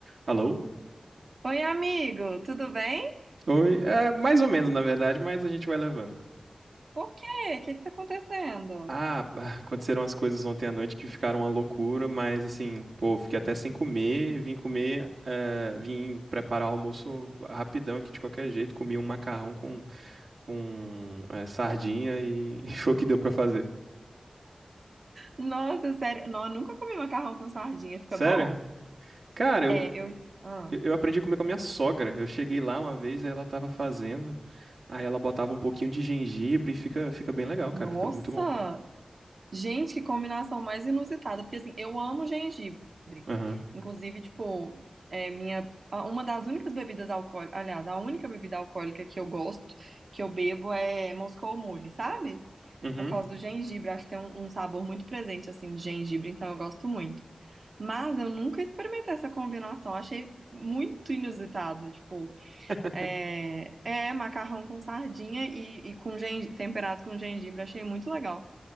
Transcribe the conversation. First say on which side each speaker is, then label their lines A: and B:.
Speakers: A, on the right (about 90°); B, on the right (about 70°).
A: Alô?
B: Oi, amigo, tudo bem?
A: Oi, é mais ou menos na verdade, mas a gente vai levando.
B: Por quê? O que que tá acontecendo?
A: Ah, pá, aconteceram as coisas ontem à noite que ficaram uma loucura, mas assim, pô, fiquei até sem comer, vim comer, eh, vim preparar o almoço rapidão aqui de qualquer jeito, comi um macarrão com, com eh, sardinha e, <laughs> e foi o que deu pra fazer.
B: Nossa, sério, não, eu nunca comi macarrão com sardinha, fica
A: Sério?
B: bom?
A: Cara,
B: É,
A: eu,
B: eu. ah,
A: eu eu aprendi a comer com a minha sogra. Eu cheguei lá uma vez, aí ela tava fazendo, aí ela botava um pouquinho de gengibre e fica, fica bem legal,
B: Nossa!
A: cara, fica muito bom.
B: Gente, que combinação mais inusitada, porque assim, eu amo gengibre.
A: Aham.
B: Inclusive, tipo, é minha a- uma das únicas bebidas alcoólicas, aliás, a única bebida alcoólica que eu gosto, que eu bebo é Moscou Mule, sabe?
A: Uhum.
B: Por causa do gengibre, acho que tem um, um sabor muito presente assim de gengibre, então eu gosto muito. Mas eu nunca experimentei essa combinação, achei muito inusitado, tipo,
A: <laughs>
B: é, é macarrão com sardinha e, e com gen- temperado com gengibre, achei muito legal.